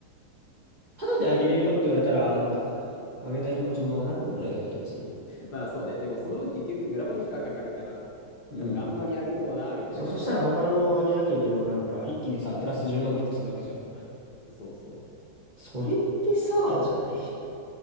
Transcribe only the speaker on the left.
まあそうね、でもその分結局グラボに負荷かかるから、
なんかあんまり上げてもな、みたいな感じはあるよね。
そうそう。